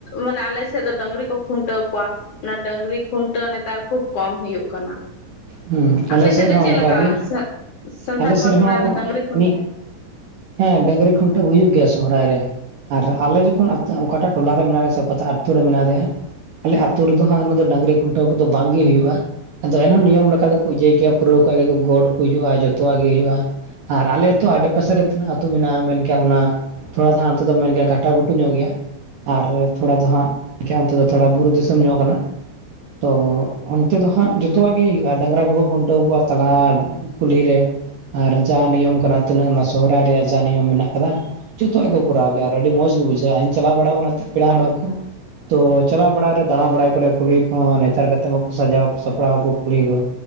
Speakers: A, on the left; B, on the right.
A: ᱢᱟᱱᱮ ᱟᱞᱮ ᱥᱮᱫ ᱫᱚ ᱰᱟᱹᱝᱨᱤ ᱠᱷᱩᱱᱴᱟᱹᱣ ᱠᱚᱣᱟ ᱚᱱᱟ ᱰᱟᱹᱝᱨᱤ ᱠᱷᱩᱱᱴᱟᱹᱣ ᱱᱮᱛᱟᱨ ᱠᱷᱩᱵ ᱠᱚᱢ ᱦᱩᱭᱩᱜ ᱠᱟᱱᱟ
B: ᱦᱩᱸ
A: ᱟᱯᱮ
B: ᱟᱞᱮ
A: ᱥᱮᱫ ᱫᱚ
B: ᱨᱮᱦᱚᱸ
A: ᱪᱮᱫ
B: ᱚᱱᱠᱟᱜᱮ
A: ᱞᱮᱠᱟ ᱥᱟᱱᱛᱟᱲ
B: ᱟᱞᱮ
A: ᱯᱟᱨᱜᱟᱱᱟ
B: ᱥᱮᱫ ᱨᱮᱦᱚᱸ
A: ᱰᱟᱹᱝᱨᱤ ᱠᱷᱩᱱ
B: ᱢᱤᱫ ᱦᱮᱸ ᱰᱟᱝᱨᱤ ᱠᱷᱩᱱᱴᱟᱹᱣ ᱦᱩᱭᱩᱜ ᱜᱮᱭᱟ ᱥᱚᱦᱨᱟᱭ ᱨᱮ ᱟᱨ ᱟᱞᱮ ᱡᱚᱠᱷᱚᱱ ᱚᱠᱟᱴᱟᱜ ᱴᱚᱞᱟ ᱨᱮ ᱢᱮᱱᱟᱜ ᱞᱮᱭᱟ ᱥᱮ ᱚᱠᱟᱴᱟᱜ ᱟᱛᱳ ᱨᱮ ᱢᱮᱱᱟᱜ ᱞᱮᱭᱟ ᱟᱞᱮ ᱟᱹᱛᱩ ᱨᱮᱫᱚ ᱦᱟᱜ ᱫᱚ ᱰᱟᱹᱝᱨᱤ ᱠᱷᱩᱱᱴᱟᱹᱣ ᱠᱚᱫᱚ ᱵᱟᱝᱜᱮ ᱦᱩᱭᱩᱜ-ᱟ ᱟᱫᱚ ᱮᱱᱦᱚᱸ ᱱᱤᱭᱚᱢ ᱚᱱᱠᱟ ᱫᱚᱠᱚ ᱤᱭᱟᱹᱭ ᱜᱮᱭᱟ ᱯᱩᱨᱟᱹᱣᱠᱟᱜ ᱜᱮ ᱜᱚᱰ ᱠᱚ ᱦᱤᱡᱩᱜ-ᱟ ᱡᱚᱛᱚᱣᱟᱜ ᱜᱮ ᱦᱩᱭᱩᱜ-ᱟ ᱟᱨ ᱟᱞᱮ ᱟᱹᱛᱩ ᱟᱰᱮ ᱯᱟᱥᱮ ᱨᱮ ᱛᱤᱱᱟᱹᱜ ᱟᱹᱛᱩ ᱢᱮᱱᱟᱜ-ᱟ ᱢᱮᱱᱠᱟᱷᱟᱱ ᱚᱱᱟ ᱛᱷᱚᱲᱟ ᱫᱚ ᱦᱟᱸᱜ ᱱᱚᱱᱛᱮ ᱫᱚ ᱢᱮᱱ ᱜᱮᱭᱟ ᱜᱷᱟᱴᱟ ᱜᱷᱩᱴᱩ ᱧᱚᱜ ᱜᱮᱭᱟ ᱟᱨ ᱛᱷᱚᱲᱟ ᱫᱚ ᱦᱟᱸᱜ ᱚᱱᱛᱮ ᱫᱚ ᱛᱷᱚᱲᱟ ᱵᱩᱨᱩ ᱫᱤᱥᱚᱢ ᱧᱚᱜ ᱠᱟᱱᱟ ᱛᱚ ᱚᱱᱛᱮ ᱫᱚ ᱦᱟᱸᱜ ᱡᱚᱛᱚᱣᱟᱜ ᱜᱮ ᱦᱩᱭᱩᱜ-ᱟ ᱰᱟᱝᱨᱟ ᱠᱚᱠᱚ ᱠᱷᱩᱱᱴᱟᱹᱣ ᱠᱚᱣᱟ ᱛᱟᱞᱟ ᱠᱩᱞᱦᱤ ᱨᱮ ᱟᱨ ᱡᱟ ᱱᱤᱭᱚᱢ ᱠᱟᱱᱟ ᱛᱤᱱᱟᱹᱜ ᱚᱱᱟ ᱥᱚᱦᱨᱟᱭ ᱨᱮᱭᱟᱜ ᱡᱟ ᱱᱤᱭᱚᱢ ᱢᱮᱱᱟᱜ ᱟᱠᱟᱫᱟ ᱡᱚᱛᱚᱣᱟᱜ ᱜᱮ ᱠᱚᱨᱟᱣ ᱜᱮᱭᱟ ᱟᱨ ᱟᱹᱰᱤ ᱢᱚᱸᱡᱽ ᱜᱮ ᱵᱩᱡᱷᱟᱹᱜ-ᱟ ᱤᱧ ᱪᱟᱞᱟᱣ ᱵᱟᱲᱟᱣ ᱟᱠᱟᱱᱟ ᱯᱮᱲᱟ ᱚᱲᱟᱜ ᱠᱚ ᱛᱚ ᱪᱟᱞᱟᱣ ᱵᱟᱲᱟᱭ ᱨᱮ ᱫᱟᱬᱟ ᱵᱟᱲᱟᱭ ᱠᱚᱨᱮ ᱠᱩᱦᱞᱤ ᱠᱚᱦᱚᱸ ᱱᱮᱛᱟᱨ ᱠᱟᱛᱮ ᱢᱟᱠᱚ ᱥᱟᱡᱟᱣ ᱠᱚ ᱥᱟᱯᱲᱟᱣ ᱠᱩᱦᱞᱤ ᱠᱚ